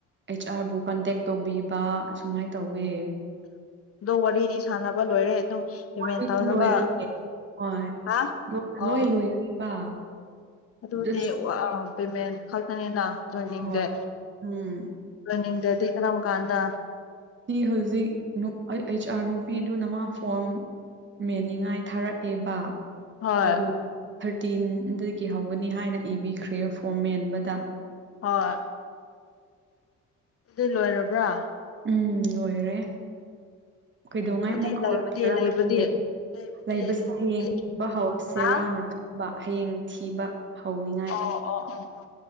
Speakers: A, on the right (about 40°); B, on the left (about 50°).
A: ꯑꯩꯆ ꯑꯥꯔꯕꯨ ꯀꯟꯇꯦꯛ ꯇꯧꯕꯤꯕ ꯁꯨꯃꯥꯏꯅ ꯇꯧꯋꯦ
B: ꯑꯗꯣ ꯋꯥꯔꯤꯗꯤ ꯁꯥꯟꯅꯕ ꯂꯣꯏꯔꯦ ꯑꯗꯨꯝ ꯄꯦꯃꯦꯟ
A: ꯃꯥꯗꯤ
B: ꯇꯧꯔꯒ
A: ꯂꯣꯏꯔꯦ ꯍꯣꯏ
B: ꯍꯥ ꯑꯣ
A: ꯂꯣꯏ ꯂꯣꯏꯔꯦꯕ
B: ꯑꯗꯨꯗꯤ
A: ꯖꯁ
B: ꯄꯦꯃꯦꯟ ꯈꯛꯇꯅꯤꯅ ꯇꯦꯟꯅꯤꯡꯗ
A: ꯍꯣꯏ ꯎꯝ
B: ꯇꯋꯦꯟꯅꯤꯡꯗꯗꯤ ꯀꯔꯝ ꯀꯥꯟꯗ
A: ꯍꯧꯖꯤꯛ ꯑꯩꯆ ꯑꯥꯔ ꯅꯨꯄꯤꯗꯨ ꯅꯃ ꯐꯣꯔꯝ ꯃꯦꯟꯅꯤꯡꯉꯥꯏ ꯊꯥꯔꯛꯑꯦꯕ
B: ꯍꯣꯏ
A: ꯑꯗꯨ ꯊꯥꯔꯇꯤꯟꯗꯒꯤ ꯍꯧꯒꯅꯤ ꯍꯥꯏꯅ ꯏꯕꯤꯈ꯭ꯔꯦ ꯐꯣꯔꯝ ꯃꯦꯟꯕꯗ
B: ꯍ ꯑꯗꯨ ꯂꯣꯏꯔꯕ꯭ꯔꯥ
A: ꯎꯝ ꯂꯣꯏꯔꯦ ꯀꯩꯗꯧꯉꯥꯏ
B: ꯑꯗꯨꯗꯤ
A: ꯑꯃꯨꯛ ꯍꯧꯥꯎꯔꯛꯀꯦꯔꯥ
B: ꯂꯩꯕꯗꯤ ꯂꯩꯕꯗꯤ
A: ꯈꯪꯗꯦ
B: ꯂꯩꯕꯗꯤ
A: ꯂꯩꯕꯁꯤꯗ
B: ꯂꯩꯕꯗꯤ
A: ꯍꯌꯦꯡꯕ ꯍꯧꯥꯎꯔꯁꯦ
B: ꯍꯥ
A: ꯔꯥꯅ ꯈꯪꯕ ꯍꯌꯦꯡ ꯊꯤꯕ ꯍꯧꯅꯤꯡꯉꯥꯏ
B: ꯑꯣ ꯑꯣ ꯑꯣ ꯑꯣ